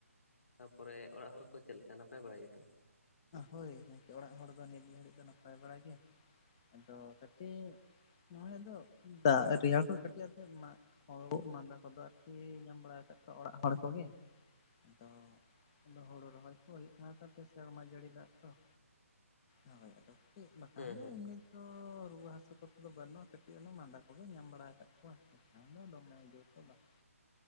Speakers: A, on the left; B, on the left.
A: ᱛᱟᱯᱚᱨᱮ ᱚᱲᱟᱜ ᱦᱚᱲ ᱠᱚ ᱪᱮᱫ ᱞᱮᱠᱟ ᱱᱟᱯᱟᱭ ᱵᱟᱲᱟ ᱜᱮᱛᱚ?
B: ᱦᱳᱭ ᱜᱚᱝᱠᱮ ᱚᱲᱟᱜ ᱦᱚᱲ ᱫᱚ ᱱᱤᱛ ᱜᱷᱟᱹᱲᱤᱡ ᱫᱚ ᱱᱟᱯᱟᱭ ᱵᱟᱲᱟ ᱜᱮ ᱟᱫᱚ ᱠᱟᱹᱴᱤᱡᱼᱼᱼ ᱱᱚᱭ ᱟᱫᱚ ᱫᱟᱜ ᱨᱮᱭᱟᱲ ᱠᱚ ᱠᱟᱹᱴᱤᱡ ᱟᱫᱚ ᱮᱢᱟᱼᱼᱼ ᱠᱷᱩ-ᱜ ᱢᱟᱸᱫᱟ ᱠᱚᱫᱚ ᱟᱨᱠᱤ ᱧᱟᱢ ᱵᱟᱲᱟ ᱟᱠᱟᱫ ᱠᱚᱣᱟ ᱚᱲᱟᱜ ᱦᱚᱲ ᱠᱚᱜᱮ᱾
A: ᱟ
B: ᱟᱫᱚ
A: <unintelligible>
B: ᱟᱫᱚ <unintelligible> ᱦᱩᱭᱩᱜ ᱢᱟ ᱛᱟᱯᱮ ᱥᱮᱨᱢᱟ ᱡᱟᱹᱲᱤ ᱫᱟᱜ ᱛᱚ ᱦᱳᱭ ᱟᱫᱚ ᱪᱮᱫ ᱵᱟᱠᱷᱟᱱ
A: ᱦᱮᱸ
B: ᱫᱚ
A: ᱦᱮᱸ
B: ᱮᱢᱱᱤ ᱚ ᱨᱩᱣᱟᱹ ᱦᱟᱹᱥᱩ ᱠᱚ ᱛᱮ ᱫᱚ ᱵᱟᱹᱱᱩᱜᱼᱟ᱾ ᱠᱟᱹᱴᱤᱡ ᱚᱱᱮ ᱢᱟᱸᱫᱟ ᱠᱚᱜᱮ ᱧᱟᱢ ᱵᱟᱲᱟ ᱟᱠᱟᱫ ᱠᱚᱣᱟ᱾ ᱛᱮᱦᱮᱧ ᱫᱚ ᱫᱚᱢᱮ ᱡᱩᱨ ᱫᱚ ᱵᱟᱝ